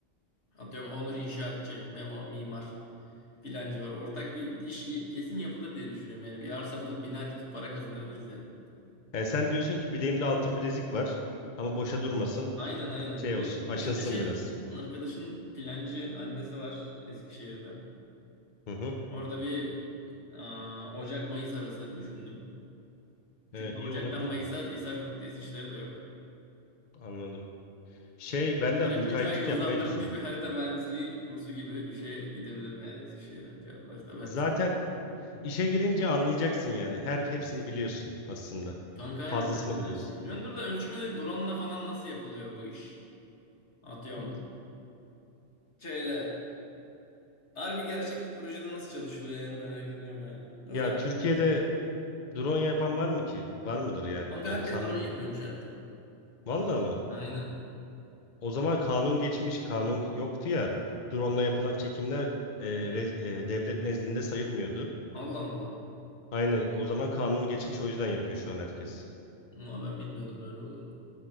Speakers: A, on the left (about 70°); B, on the left (about 45°).
A: atıyorum Onur inşaatçı, Memo mimar filancı var. Ortak bir iş kesin yapılır diye düşünüyorum. Yani bir arsa bulup bina dikip para kazanabiliriz yani.
B: Yani sen diyorsun ki bileğimde altın bilezik var ama boşa durmasın.
A: Aynen aynen.
B: Şey
A: Bir
B: olsun, aşınsın
A: işte şey
B: biraz.
A: arkadaşın plancı annesi var Eskişehir'de.
B: Hı hı.
A: Orada bir aa, Ocak-Mayıs arası düşündüm.
B: He,
A: Çünkü
B: iyi
A: Ocak'tan
B: olabilirdi.
A: Mayıs'a Hisar Köftesi işleri de yok.
B: Anladım. Şey ben de
A: Böyle
B: müteahhitlik
A: 3 ay hızlandırılmış
B: yapmayı düşünüyorum.
A: bir harita mühendisliği kursu gibi bir şeye gidebilirim yani Eskişehir'e. Ya, harita mühendisliği.
B: Zaten İşe girince anlayacaksın yani. Her hepsini biliyorsun aslında.
A: Kanka aynen
B: Fazlasını
A: bence
B: biliyorsun.
A: de her şeyi biliyordur da ölçümde drone'la falan nasıl yapılıyor bu iş? Atıyorum.
B: Hmm.
A: Şöyle harbi gerçek bir projede nasıl çalışılıyor yani merak ediyorum ya. Öğrenmem
B: Ya Türkiye'de
A: lazım.
B: drone yapan var mı ki? Var mıdır yani?
A: Kanka
B: Ben
A: herkes
B: sanmıyorum.
A: drone yapıyormuş artık.
B: Vallahi mı?
A: Aynen.
B: O zaman kanun geçmiş, kanun yoktu ya. Drone'la yapılan çekimler e, re- e, devlet nezdinde sayılmıyordu.
A: Allah Allah.
B: Aynen o zaman kanunu geçmiş o yüzden yapıyor şu an herkes.
A: Ama ben bilmiyordum böyle olduğunu.